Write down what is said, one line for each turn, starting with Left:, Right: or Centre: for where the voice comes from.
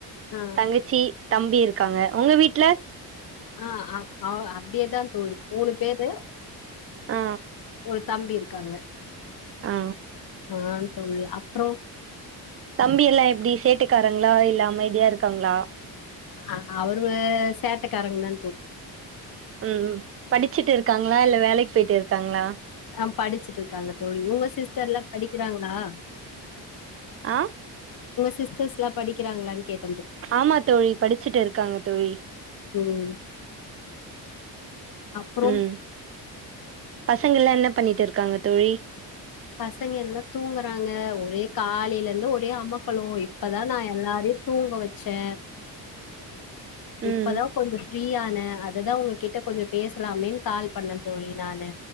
Left: ஆ
Right: தங்கச்சி தம்பி இருக்காங்க உங்க வீட்ல
Left: அ அ அ அ இதே தா தோழி மூனு பேரு
Right: ஆ
Left: ஒரு தம்பி இருக் காங்க
Right: ஆ
Left: அ தோழி அப்றோ
Right: தம்பி எல்லா எப்படி சேட்டை க்காரங்ளா இல்லாம அமைத்யா இருக்காங்ளா
Left: அ அவரு சேட்டக்காரங்தா
Right: ம் படிச்சுட்டு இருக்காங்களா இல்ல வேலைக்கு போய்ட்டு கங்ளா
Left: அ படிச்சுட்டு இருக்காங்க ழ உங்க சிஸ்டர் எல்லாம் படிக்கிறாங்களாங்க
Right: ஆ
Left: சிஸடர்ஸ் லா படிக்கிறங்களானு கேட்
Right: ஆமா தோழி படிச்சுட்டு இருக்காங்க தோழி
Left: ம் அப்புறம்
Right: ம் பசங்கள்லா என்ன பண்ணிட்டு இருக்காங்க தோழி
Left: பசங்க எல்லாம் தூங்குறாங்க ஒரே காலைல இருந்து ஒரே அம்மா க்களு இப்பதான் நான் எல்லாரையு தூங்க வச்சே
Right: ம்
Left: இப்பதா கொஞ்சோ ஃப்ரீயான அததா உங்ககிட்ட கொஞ்சோ பேசலாமேன்னு கால் பண்ணே தோழி நானு